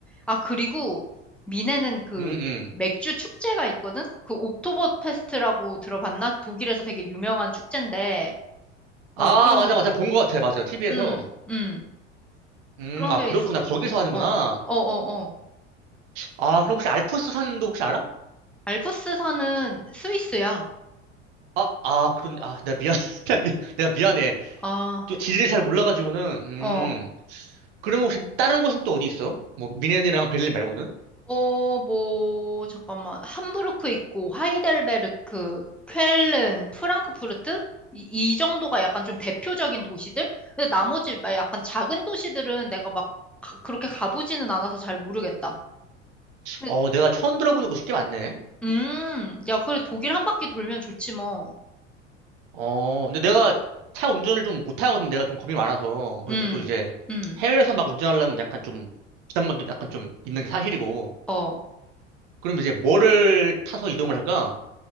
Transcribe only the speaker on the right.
음, 음.
아,
맞아,
맞아. 본 것 같아. 맞아. TV에서.
음,
아,
그렇구나.
거기서 하는구나.
아, 그럼 혹시 알프스 산도 혹시 알아?
아, 아, 그런, 아, 내가 미안, <laughs> 내가 미- 내가 미안해.
또 지리를 잘 몰라가지고는, 음.
그러면 혹시 다른 곳은 또 어디 있어? 뭐, 미넨이랑 베를린 말고는?
어, 내가 처음 들어보는 곳이 꽤 많네.
어, 근데 내가 차 운전을 좀 못하거든. 내가 좀 겁이 많아서. 그래서
또 이제
해외에서 막 운전하려면 약간 좀 부담감도 약간 좀 있는 게 사실이고.
그럼 이제 뭐를 타서 이동을 할까?